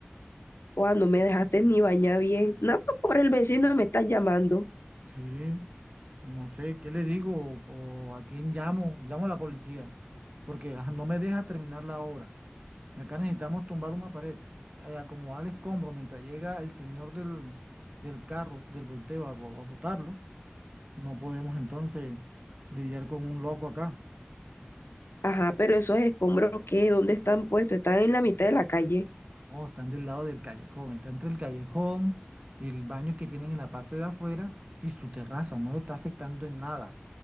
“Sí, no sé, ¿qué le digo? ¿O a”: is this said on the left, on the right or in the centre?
Right